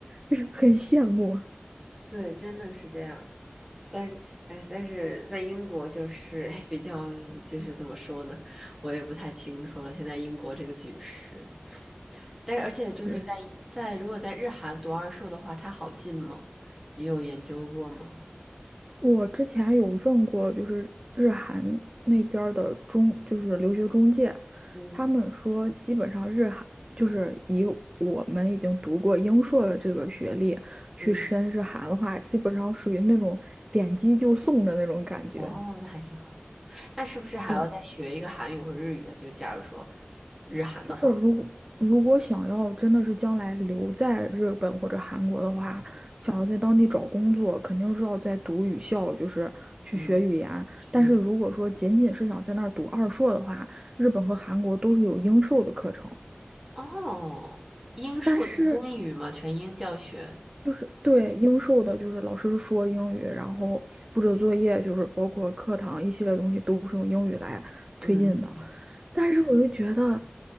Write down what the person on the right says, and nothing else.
就是很羡慕啊。
对，
我之前有问过，就是日韩那边儿的中，就是留学中介，
他们说基本上日韩就是以我们已经读过英硕的这个学历去申日韩的话，
基本上属于那种点击就送的那种感觉。
是的
就是如果如果想要真的是将来留在日本或者韩国的话，想要在当地找工作，肯定是要在读语校，就是去学语言。
但是如果说仅仅是想在那儿读二硕的话，日本和韩国都是有英授的课程，
但是
就是对英授的，就是老师说英语，然后布置作业，就是包括课堂一系列东西都是用英语来推进的。
但是我又觉得